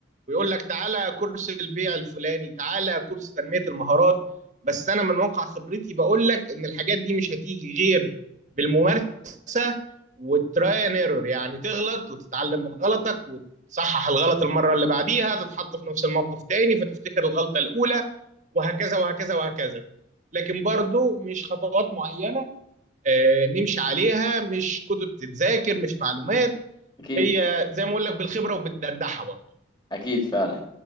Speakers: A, on the right; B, on the left.
A: ويقول لك تعالى كورس البيع الفلاني تعالى كورس تنمية المهارات بس انا من واقع خبرتي بقول لك ان الحاجات دي مش هتيجي غير بالممارسة والتراي اند ايرور يعني تغلط وتتعلم من غلطك وتصحح الغلط المرة اللي بعديها تتحط في نفس الموقف تاني فتفتكر الغلطة الأولى وهكذا وهكذا وهكذا لكن برضو مش خطوات معينة آه، نمشي عليها مش كتب تتذاكر مش معلومات
B: أكيد
A: هي زي ما اقول لك بالخبرة وبالدردحة برضو
B: أكيد فعلا